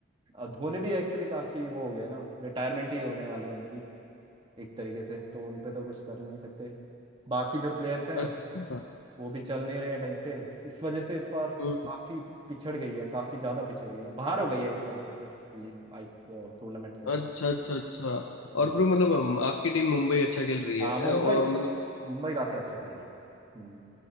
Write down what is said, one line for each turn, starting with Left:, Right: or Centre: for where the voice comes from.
Right: अ, धोनी भी एक्चुअली काफी वो हो गया है ना रिटायरमेंट ही होने वाली है उनकी एक तरीके से तो उन पे तो कुछ कर ही नहीं सकते बाकी जो प्लेयर्स हैं
Left: अच्छा
Right: वो भी चल नहीं रहे हैं ढंग से इस वजह से इस बार
Left: हम्म,
Right: काफी पिछड़ गई है काफी ज्यादा पिछड़ गई है बाहर हो गई है एक तरीके से टूर्नामेंट से
Left: अच्छा अच्छा अच्छा
Right: बिल्कुल
Left: और ब्रो मतलब हम- आपकी टीम मुंबई अच्छा खेल रही है
Right: हाँ
Left: अ,
Right: मुंबई
Left: और मतलब
Right: मुंबई काफी अच्छा खेल रही है हम्म,